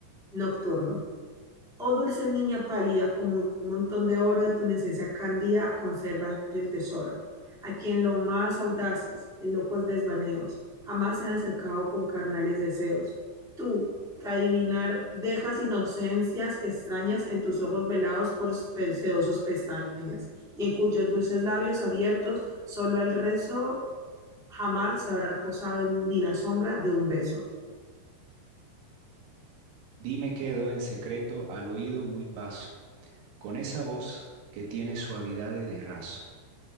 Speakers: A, in the centre; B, on the right.
A: Nocturno. Oh dulce niña pálida, como un montón de oro de tu inocencia cándida, conservas el tesoro. A quien lo más audaces, en locos desvaneos, jamás se han acercado con carnales deseos. Tú, que adivinar dejas inocencias extrañas en tus ojos velados por pe- sedosos pestañas, y en cuyos dulces labios abiertos solo el rezo jamás se habrá posado en ni la sombra de un beso.
B: Dime quedo en secreto al oído muy paso, con esa voz que tiene suavidad de raso